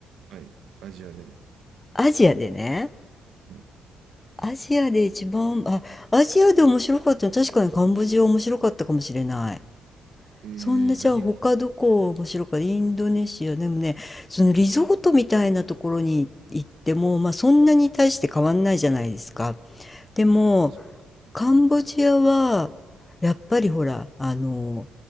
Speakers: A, on the right; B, on the left.
A: はい。アジアで。
B: アジアでね、
A: ね、
B: アジアで一番、あ、アジアで面白かったの、確かにカンボジア面白かったかもしれない。
A: えー、
B: そんな、じゃあ他どこ面白かった、
A: 何が
B: インドネシア、でもね、そのリゾートみたいなところに行っても、まあそんなに大して変わんないじゃないですか。でも、
A: すごいですね。
B: カンボジアは、
A: うん。
B: やっぱりほら、あの、